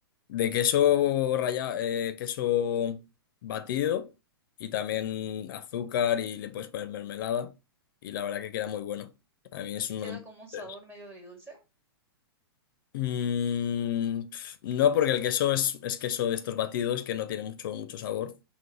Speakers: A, on the left; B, on the right.
A: De queso rallado, queso batido y también azúcar y le puedes poner mermelada y la verdad que queda muy bueno. A mí es uno
B: Queda
A: de mis
B: como un sabor
A: favoritos.
B: medio agridulce.
A: Mm, pf, no, porque el queso es, es queso de estos batidos que no tiene mucho, mucho sabor,